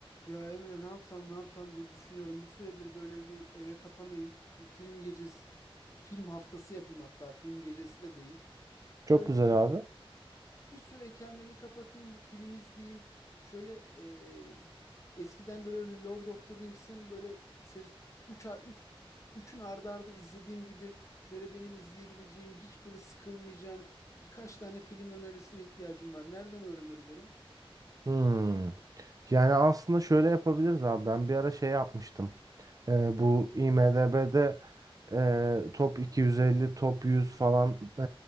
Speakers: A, on the left; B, on the right.
A: Ya Emre ne yapsam ne yapsam diye düşünüyorum. Bir süredir böyle bir eve kapanayım. Bir film gecesi, film haftası yapayım hatta film gecesi de değil.
B: Çok
A: Böyle
B: güzel abi.
A: bir süre kendimi kapatayım, bir film izleyeyim. Şöyle e, eskiden böyle Lord of the Rings'in böyle 3 3 üçün ardı ardı izlediğim gibi şöyle benim izleyebileceğim, hiç böyle sıkılmayacağım birkaç tane film önerisine ihtiyacım var. Nereden öğrenebilirim?
B: Hmm. Yani aslında şöyle yapabiliriz abi. Ben bir ara şey yapmıştım. Ee, bu IMDb'de e, top 250, top 100 falan e,